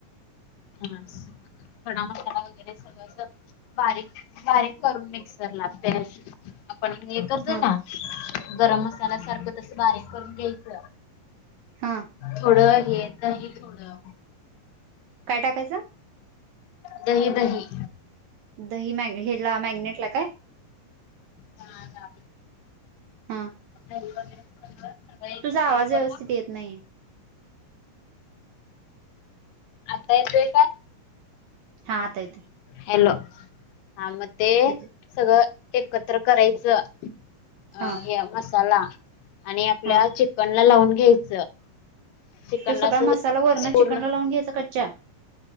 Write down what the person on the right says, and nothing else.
हा
हा.
काय टाकायचं?
दही मॅग, हेला मॅग्नेटला काय?
ह.
तुझा आवाज
व्यवस्थित येत नाही.
हा, आता येतय.
येते
हा
हा
तो सगळा
मसाला वरण
चिकनला लावून घ्यायचा कच्या.